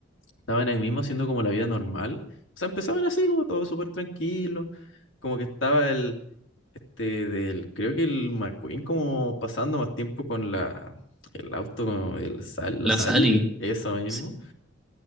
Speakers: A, on the left; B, in the centre.
A: estaban ahí mismo haciendo como la vida normal. O sea, empezaban así como todo súper tranquilo, como que estaba el, este, del, creo que el McQueen como pasando más tiempo con la, el auto, el, Sal- la
B: La
A: Sally,
B: Sally.
A: eso mismo
B: Sí.